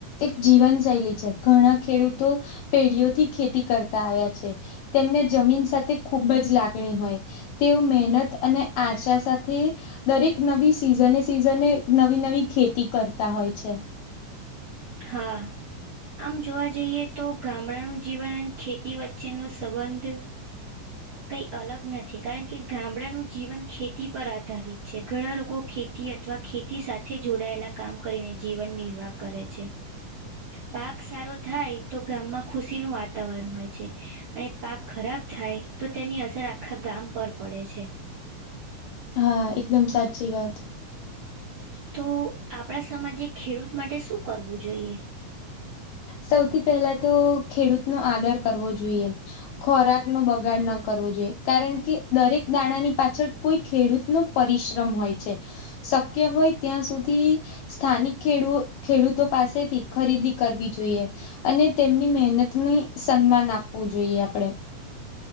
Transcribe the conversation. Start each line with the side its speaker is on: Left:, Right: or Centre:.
Left: એક જીવન શૈલી છે ઘણા ખેડૂતો પેઢીઓથી ખેતી કરતા આવ્યા છે, તેમને જમીન સાથે ખૂબ જ લાગણી હોય. તેઓ મહેનત અને આશા સાથે દરેક નવી સિઝને સિઝને નવી નવી ખેતી કરતા હોય છે.
Right: હા. આમ જોવા જઈએ તો ગામડાનું જીવન અને ખેતી વચ્ચેનો સંબંધ થ <inaudible> કંઈ અલગ નથી કારણ કે ગામડાનું જીવન ખેતી પર આધારિત છે ઘણા લોકો ખેતી અથવા ખેતી સાથે જોડાયેલા કામ કરીને જીવન નિર્વાહ કરે છે. પાક સારો થાય તો ગામમાં ખુશી નું વાતાવરણ હોય છે. અને પાક ખરાબ થાય તો તેની અસર આખા ગામ પર પડે છે.
Left: હા એકદમ સાચી વાત.
Right: તો આપણા સમાજે ખેડૂત માટે શું કરવું જોઈએ?
Left: સૌથી પહેલા તો ખેડૂત નો આદર કરવો જોઈએ. ખોરાક નો બગાડ ન કરવો જોઈએ કારણ કે દરેક દાણાની પાછળ કોઈ ખેડૂત ન પરિશ્રમ હોય છે. શક્ય હોય ત્યાં સુધી સ્થાનિક ખડૂ ખેડૂતો પાસેથી ખરીદી કરવી જોઈએ, અને તેમની મહેનત નની સન્માન આપવું જોઈએ આપણે.